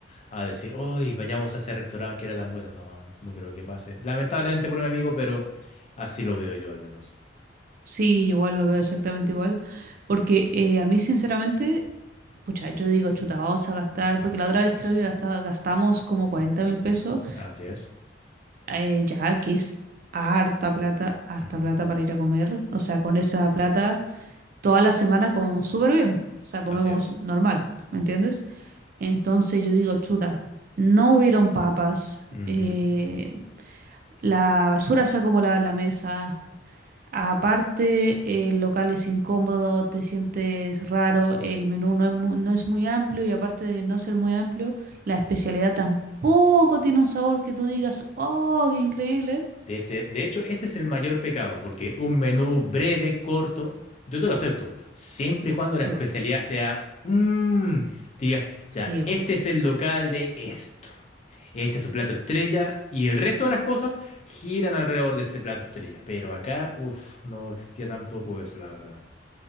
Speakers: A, on the left; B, on the right.
A: a decir, hoy vayamos a ese restaurante que era tan bueno. No, no creo que pase. Lamentablemente por mi amigo, pero así lo veo yo al menos.
B: Sí, yo igual lo veo exactamente igual, porque eh, a mí sinceramente, pucha, yo digo, chuta, vamos a gastar, porque la otra vez creo que gastaba- gastamos como cuarenta mil pesos,
A: Así es.
B: eh, ya que es harta plata, harta
A: Ujú,
B: plata para ir a comer, o sea, con esa plata toda la semana comemos súper bien, o sea, comemos
A: Así es.
B: normal, ¿me entiendes? Entonces yo digo, chuta, no hubieron papas,
A: Ujú.
B: eh, la basura se acumulaba en la mesa, Aparte, el local es incómodo, te sientes raro, el menú no es muy, no es muy amplio y aparte de no ser muy amplio, la especialidad tampoco tiene un sabor que tú digas, oh, qué increíble.
A: De ese, de hecho, ese es el mayor pecado, porque un menú breve, corto, yo te lo acepto, siempre y cuando la
B: Sí,
A: especialidad
B: po.
A: sea, mm, digas,
B: Sí,
A: ya,
B: po.
A: este es el local de esto, este es su plato estrella, y el resto de las cosas giran alrededor de ese plato estrella. Pero acá, uff, no existía tampoco eso, la verdad.